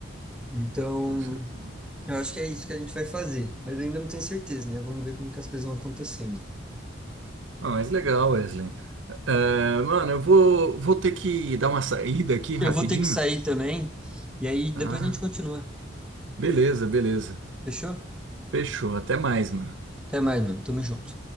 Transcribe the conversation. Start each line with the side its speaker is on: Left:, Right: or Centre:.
Centre: Então,
Right: Com certeza.
Centre: eu acho que é isso que a gente vai fazer. Mas eu ainda não tenho certeza, né? Vamos ver como que as coisas vão acontecendo.
Right: Ah, mas legal, Wesley. É, mano, eu vou, vou ter que dar uma saída aqui rapidinho,
Centre: Eu vou ter que sair também. E aí depois
Right: tá?
Centre: a gente continua.
Right: Beleza, beleza.
Centre: Fechou?
Right: Fechou. Até mais, mano.
Centre: Até mais, mano. Tamo junto.